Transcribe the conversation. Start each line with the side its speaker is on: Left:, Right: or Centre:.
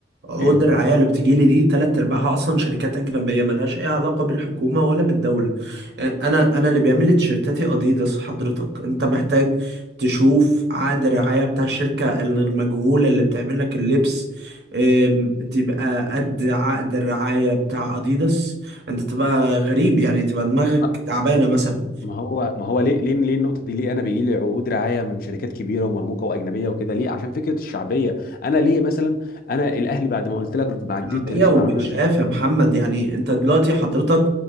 Right: اوردر
Left: ايه
Right: الرعايه اللي بتجيلي دي تلات ارباعها اصلا شركات اجنبيه ملهاش اي علاقه بالحكومه ولا بالدوله آه، انا انا اللي بيعمل لي تيشيرتاتي اديداس حضرتك انت محتاج تشوف عقد الرعايه بتاع الشركه المجهوله اللي بتعمل لك اللبس آم، تبقى قد عقد الرعايه بتاع اديداس انت تبقى غريب يعني تبقى دماغك
Left: ما
Right: تعبانه مثلا
Left: ما هو ما هو ليه ليه ليه النقطه دي ليه انا بيجي لي عقود رعايه من شركات كبيره ومرموقه واجنبيه وكده ليه عشان فكره الشعبيه انا ليه مثلا انا الاهلي بعد ما قلت لك مع الجيل
Right: شعبيه
Left: التاريخي
Right: ومتشاف
Left: مع مانويل
Right: يا محمد يعني انت دلوقتي حضرتك